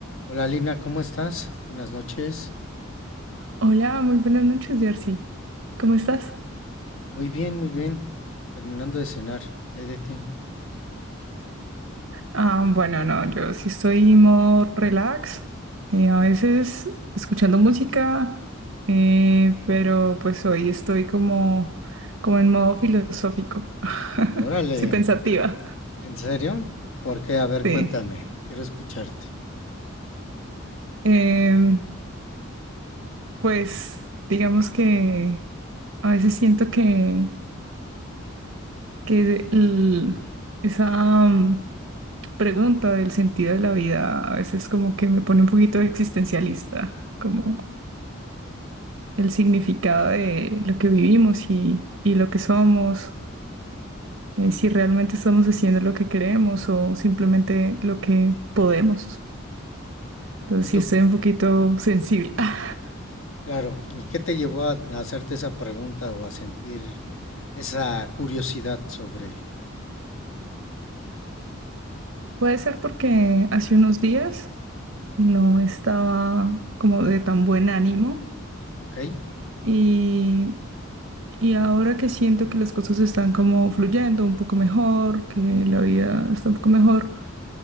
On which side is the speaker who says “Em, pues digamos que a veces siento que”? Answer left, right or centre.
Right